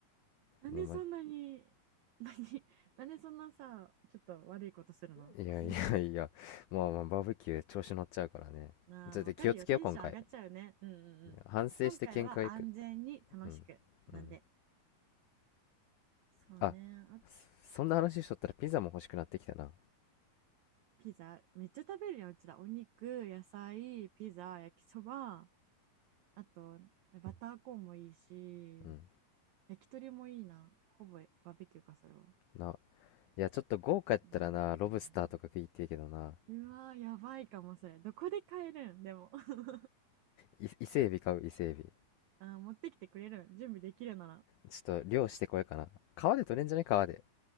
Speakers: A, on the right; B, on the left.
A: なんでそんなに、
B: もうま、い
A: 何、<laughs> なんでそんなさ、ちょっと悪いことするの
B: やいやいや、
A: <laughs>
B: まあまあ、バーベキュー調子乗っちゃうからね。
A: まあー、
B: ちょっと気をつけよう、
A: わかるよ。テンション上がっちゃうよね。
B: 今回。
A: うんうんうん。
B: 反省して見解、
A: 今回は安全に楽しく。
B: うん、
A: なんで。
B: うん。
A: そうね。
B: あ、
A: あ
B: そんな話しとったらピザも欲しくなってきたな。
A: ピザ。めっちゃ食べるよ、うちら。お肉、野菜、ピザ、焼きそば。あと、バターコーンもいいし、
B: うん。
A: 焼き鳥もいいな。ほぼバーベキューか、それは。
B: な、いや、ちょっと豪華やったらな、
A: な
B: ロブスターとか食いてえけどな。
A: ーうわー、やばいかも、それ。どこで買えるんでも。<laughs>
B: い伊勢エビ買う、伊勢エビ
A: あー、持ってきてくれるん準備できるなら。
B: ちょっと漁してこようかな。川で取れんじゃね川で。